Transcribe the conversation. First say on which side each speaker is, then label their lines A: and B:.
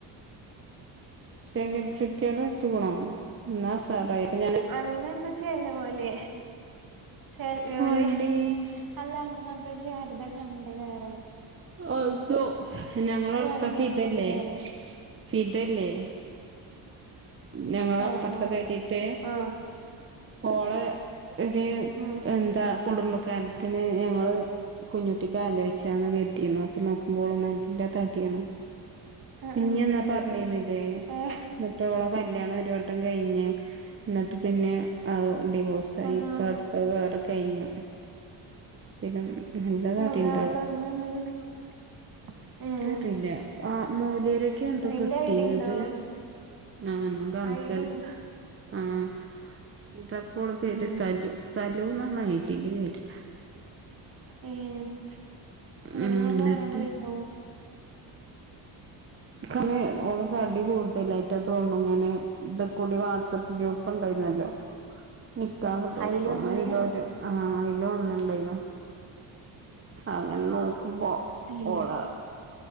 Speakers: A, on the right (about 30°); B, on the right (about 50°).
A: സെമി ബ്രിറ്റേഡ് വെച്ചകിനോ ന്നാ ഉസാറായി ഞൻ
B: അങ്ങനെന്നാ ചല്ല പോലെ ചല്ല പോലെ
A: എടീ
B: അല്ലാ അന്ന് ഇപ്പൊ ആർത്ഥ കണ്ടേ വേറെ
A: അതോ ഞങ്ങള
B: ജാരത
A: അടുത്ത
B: കണ്ടീനെ
A: ഫിതല്ലേ
B: വേറെ
A: ഫിതല്ലേ ഞങ്ങള
B: ആഹ്
A: അപ്പത്തെ
B: ആഹ്
A: പരിയത്തെ
B: ആഹ്
A: ഓള ഒരു
B: ഉം
A: എന്താ കുടുംബക്കാരത്തിന് ഞങ്ങള് കുഞ്ഞുട്ടിക്ക് ആലോചിച്ചന്ന് കറ്റിരുന്നു അപ്പൊ നോക്കുമ്പോൾൊ നന്റെ താട്ടിയാണ്.
B: ആഹ്
A: കുഞ്ഞെന്നാ
B: ആഹ്
A: പറഞ്ഞന്നില്ലേ
B: ഏഹ്
A: റ്റോള കല്യാണം ഒരു വട്ടം കഴിഞ്ഞ് എന്നിട്ട് പിന്നെ ഡിവോഴ്സായി
B: അതാ
A: ഇപ്പ ആഹ് വേറെ കഴിഞ്ഞു പിന്നെ നല്ല നാട്ടീണ്ടോണ്
B: അതാ അപ്പ അന്നെന്തേനി ദിവസ് ഉം
A: കാട്ടയില്ല ആഹ് മോലേരൊക്കെ ഉണ്ടോ
B: അയിന്റെ
A: കെട്ടീന്നത്
B: ഐഡി ഇണ്ടോ
A: ആഹ് ഞാൻ കാണിച്ചല്ലേ
B: ഐഡി ഇണ്ടോ
A: ആഹ് ഇതപ്പോള പേര്
B: ഉം
A: സലു സലൂന്നാണ് ഐടിന്റെ പേര്
B: ഏഹ് നിട്ട്
A: ഉം
B: നിങ്ങളൊക്കെ
A: എന്നിട്ട്
B: കാണാൻ പോയിന്നോ
A: ഇനെ ഓള് തടി കൂടുതലായിറ്റാ തോന്നും ഇങ്ങനെ ഇത കൂടി വാട്സആപ്പ് ഗ്രൂപ്പ് ഉണ്ടായിരുന്നല്ലോ നിക്കാഹ്ണ്ടോക്ക
B: അയില് വന്ന്
A: എന്തോ ഒരു ആഹ് അതില് വന്നിണ്ടായിന അങ്ങനെ നോക്കുമ്പോ
B: <unintelligible>
A: ഓള്